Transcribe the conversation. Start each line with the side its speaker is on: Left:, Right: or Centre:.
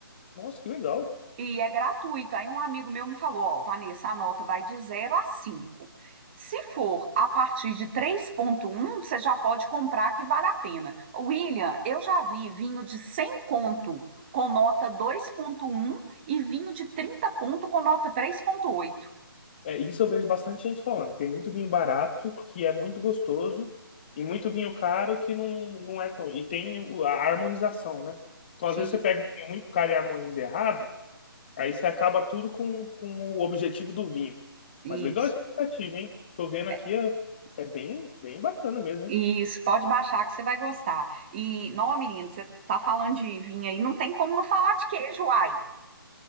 Left: Nossa, que legal.
Right: E é gratuito. Aí um amigo meu me falou, ó, Vanessa, a nota vai de zero a 5. Se for a partir de três ponto um, você já pode comprar que vale a pena. William, eu já vi vinho de 100 conto com nota dois ponto um e vinho de 30 conto com nota três ponto oito.
Left: É, isso eu vejo bastante gente falando. Tem muito vinho barato, que é muito gostoso, e muito vinho caro que não, não é tão. E tem o- a harmonização, né? Então,
Right: Sim,
Left: às vezes, você pega um vinho muito caro e harmoniza errado, aí você acaba tudo com, com o objetivo do vinho.
Right: isso.
Left: Mas legal é esse aplicativo, hein? Tô vendo aqui,
Right: É,
Left: é, é bem, bem bacana mesmo, hein?
Right: Isso, pode baixar que você vai gostar. E, não, menino, você tá falando de vinho aí, não tem como não falar de queijo, uai.